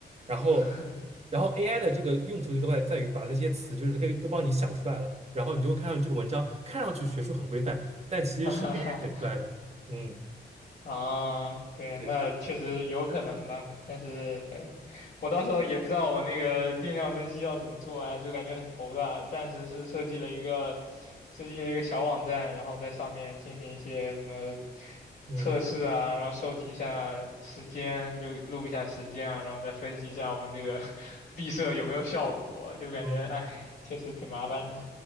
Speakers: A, on the right; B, on the left.
A: 然后
B: <laughs>
A: 然后 AI 的这个用处就在在于把那些词就是给都帮你想出来了，然后你就会看上这个文章看上去学术很规范，但其实是
B: 哈哈，
A: AI 写出来的，嗯，
B: <laughs> 啊，对，
A: 对，
B: 那确实有可能吧，
A: 就是
B: 但是对，我到时候也不知道我那个定量分析要怎么做，哎，就感觉很头大。暂时是设计了一个设计了一个小网站，然后在上面进行一些什么
A: 嗯。
B: 测试啊，然后收集一下时间，就录一下时间啊，然后再分析一下我们这个 <laughs> 闭塞有没有效果，就感觉哎，
A: 哦，
B: 确实挺麻烦的。